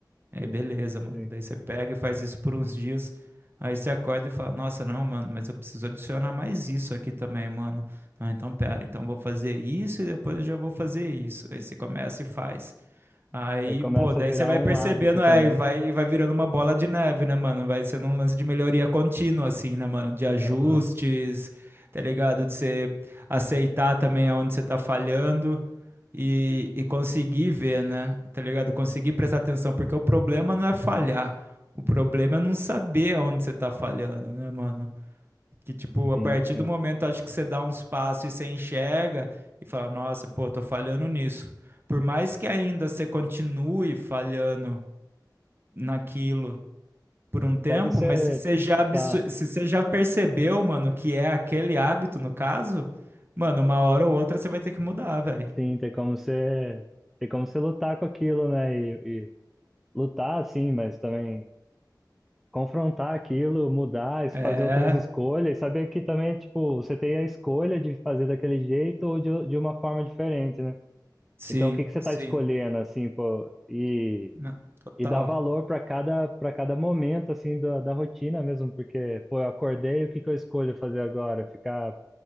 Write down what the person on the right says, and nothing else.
Aí,
beleza, mano.
Daí você pega e faz isso por uns dias. Aí você acorda e fala, nossa, não, mano, mas eu preciso adicionar mais isso aqui também, mano. Ah, então pera, então eu vou fazer isso e depois eu já vou fazer isso. Aí você começa e faz. Aí,
pô, daí
você vai
percebendo,
é, e vai, e vai virando uma bola de neve, né, mano? Vai sendo um lance de melhoria contínua, assim, né, mano? De ajustes,
tá ligado? De você aceitar também aonde você tá falhando e, e conseguir ver, né? Tá ligado? Conseguir prestar atenção, porque o problema não é falhar. O problema é não saber aonde você tá falhando, né, mano? Que, tipo, a
partir
do momento, acho que você dá uns passos e você enxerga e fala, nossa, pô, tô falhando nisso. Por mais que ainda você continue falhando naquilo por um tempo,
mas se você já, absu-
se você já percebeu, mano, que é aquele hábito, no caso, mano, uma hora ou outra você vai ter que mudar, velho.
É,
sim,
sim.
Não, total.